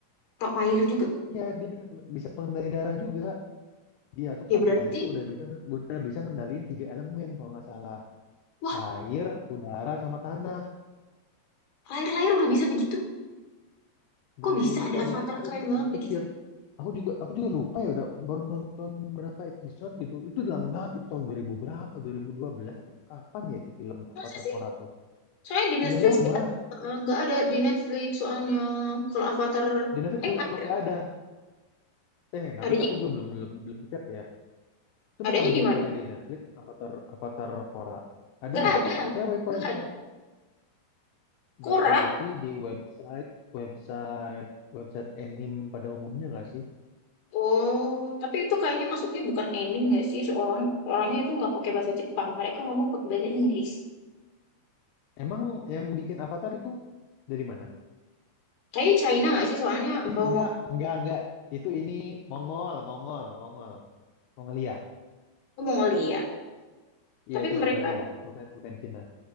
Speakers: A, on the left (about 50°); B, on the left (about 75°).
A: atau air juga.
B: Iya, dia bisa, bisa pengendali darah juga. Dia tuh
A: Ya
B: pas
A: berarti,
B: lahir tuh udah bisa udah bisa ngendaliin tiga elemen kalau nggak salah.
A: wah,
B: Air, udara, sama tanah.
A: lahir-lahir udah bisa begitu. Kok
B: Dari
A: bisa ada
B: iya
A: Avatar
B: dari kecil,
A: keren banget
B: dari
A: begitu?
B: kecil. Aku juga aku juga lupa ya udah baru nonton berapa episode gitu. Itu udah lama banget, itu tahun 2000 berapa? 2012 atau kapan ya itu film Avatar
A: Masa sih?
B: Korra tuh?
A: Soalnya di Netflix
B: Udah lama.
A: nggak nggak ada di Netflix soalnya kalau Avatar
B: Di Netflix
A: eh
B: emang,
A: ada.
B: emang nggak ada. Eh, nggak
A: adanya
B: tahu sih aku juga belum belum belum cek ya. Coba
A: adanya
B: kamu
A: di mana?
B: cari di Netflix Avatar Avatar Korra. Ada
A: Nggak
B: nggak
A: ada.
B: tuh? Cewek kok
A: Nggak
B: yang
A: ada.
B: main.
A: Korra.
B: Berarti di website website website anime pada umumnya nggak sih?
A: Oh, tapi itu kayaknya masuknya bukan ending nggak sih? Seorang orangnya itu nggak pakai bahasa Jepang, mereka ngomong pakai bahasa Inggris.
B: Emang yang bikin Avatar itu dari mana?
A: Kayaknya China nggak sih? Soalnya
B: Eh,
A: kalau
B: enggak,
A: ngomong
B: enggak, enggak. Itu ini Mongol, Mongol, Mongol, Mongolia.
A: Mongolia.
B: Iya,
A: Tapi
B: itu
A: mereka,
B: Mongolia, bukan bukan Cina.